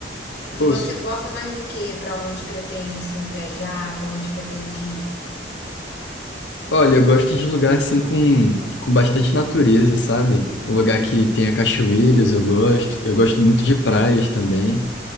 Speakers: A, on the left; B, on the left.
A: E
B: Pô,
A: você
B: s-
A: gosta mais do que? Para onde pretende assim viajar? Para onde pretende ir?
B: olha, eu gosto de lugar, assim, com, com bastante natureza, sabe? Um lugar que tenha cachoeiras, eu gosto. Eu gosto muito de praias também.